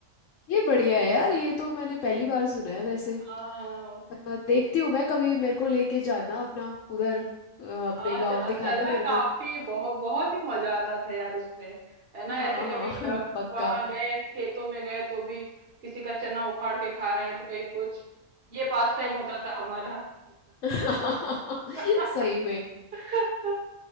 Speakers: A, on the left; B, on the right.
A: ये बढ़िया है यार ये तो मैंने पहली बार सुना है वैसे
B: हाँ
A: अ, देखती हूँ मैं कभी मेरे को लेके जाना अपना उधर अ, अपने
B: हाँ
A: गांव
B: च-
A: दिखाना
B: चलना
A: मेरे
B: काफी
A: को
B: बहुत बहुत ही मजा आता था यार उसमें है ना
A: हाँ
B: ऐसे
A: हाँ
B: कभी ग-
A: <laughs> पक्का
B: वहां गए खेतों में गए तो भी किसी का चना उखाड़ के खा रहे हैं तो कहीं कुछ ये पास टाइम होता था हमारा
A: <laughs>
B: <laughs>
A: सही में
B: ठीक